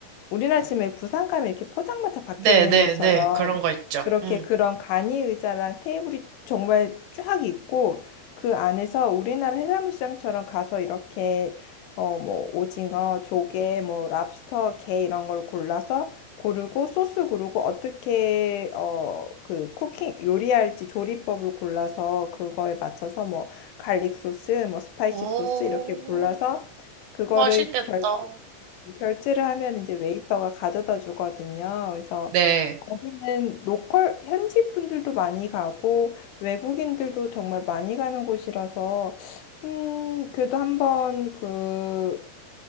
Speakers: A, on the left; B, on the right.
A: 우리나라 지금 왜 부산 가면 이렇게 포장마차 밖에
B: 네,
A: 있는
B: 네,
A: 것처럼
B: 네. 그런 거 있죠.
A: 그렇게
B: 음.
A: 그런 간이 의자랑 테이블이 정말 쫙 있고 그 안에서 우리나라 해산물 시장처럼 가서 이렇게 어 뭐 오징어, 조개, 뭐 랍스터, 게 이런 걸 골라서 고르고 소스 고르고 어떻게 어 그 쿠킹 요리할지 조리법을 골라서 그거에 맞춰서 뭐 갈릭 소스, 뭐 스파이시
B: 오,
A: 소스 이렇게 골라서 그거를
B: 맛있겠다.
A: 결 결제를 하면 이제 웨이터가 가져다 주거든요. 그래서
B: 네,
A: 거기는 로컬 현지 분들도 많이 가고 외국인들도 정말 많이 가는 곳이라서 음 그래도 한번 그